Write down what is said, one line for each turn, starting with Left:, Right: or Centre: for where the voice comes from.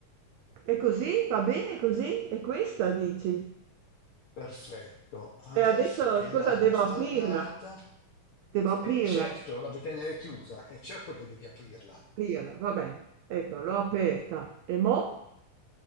Right: E così? Va bene così? E questa dici?
Left: Perfetto. Adesso
Right: E adesso
Left: che
Right: cosa
Left: l'hai
Right: devo
Left: installata,
Right: aprirla? Devo aprirla.
Left: è certo, la vuoi tenere chiusa, è certo che devi aprirla.
Right: Aprirla, vabbè. Ecco, l'ho aperta. E mo?